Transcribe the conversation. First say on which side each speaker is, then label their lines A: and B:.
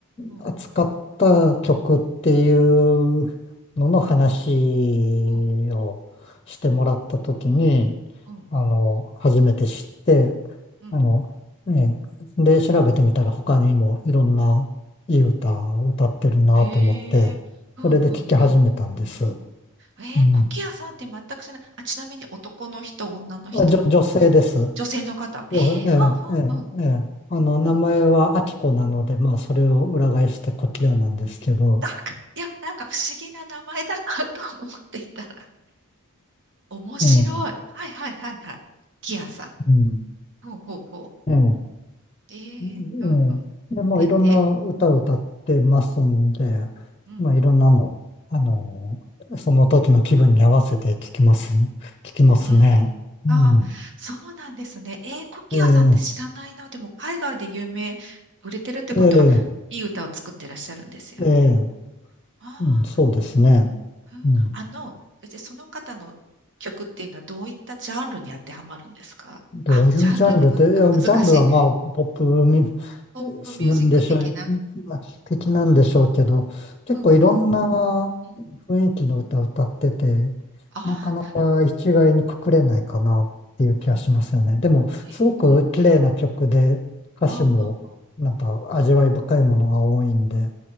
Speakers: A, on the right; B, on the left.
A: うん、
B: 扱った曲っていうのの話をしてもらったときに、
A: うん。うん
B: あの、初めて知って、
A: うん。
B: あの、ね、で、調べてみたら他にもいろんないい歌歌ってるなと思って、
A: ええふんふんふん。
B: それで聴き始めたんです。
A: ええコキアさんって全くしない。
B: うん。
A: あ、ちなみに男の人、女の人、
B: あ、じょ、女性です。そ
A: 女性の方。ええふんふんふん。
B: うですええ、ええ、ええ。あの、名前はアキコなので、
A: うんうんうん。
B: まあ、それを裏返してコキアなんですけど、
A: だんから、いや、なんか不思議な名前だな <laughs> と思っていたら。面白い。
B: うん、
A: はいはいはいはい。コキアさん。
B: うん、
A: ほうほうほ
B: ええ、
A: う。ええふんふん。
B: うんええ。で、もういろんな歌を歌ってますんで、
A: 出て。うん。
B: まあ、いろんなの、あの、その時の気分に合わせて聞きます、聞きますね。
A: うーん。
B: うん、
A: ああ、そうなんですね。えー、コキアさんって知らないな。
B: ええ、
A: でも、海外で有名、売れてるってことは、
B: ええ、
A: いい歌を作ってらっしゃるんですよね。
B: ええ、
A: あ
B: うん、そうですね。
A: あ、うんあの、
B: うん
A: じゃあその方の曲っていうのはどういったジャンルに当てはまるんですかあの、
B: どういうジャンルって、
A: ジャンルでわけが難しい。
B: いや、ジャンルはまあ、ポップミ
A: ポップミュージック的な。
B: スなんでしょう、的なんでしょうけど、
A: ふ
B: 結構いろんな
A: うんうん。うん
B: 雰囲気の歌を歌ってて、
A: ああ、
B: なかなか一概にくくれないかなっていう気がしますよね。
A: なるほ
B: でも、
A: ど。
B: すごく綺麗な曲で、
A: えーうん。
B: 歌詞もなんか味わい深いものが多いんで、
A: ああ、うんうん。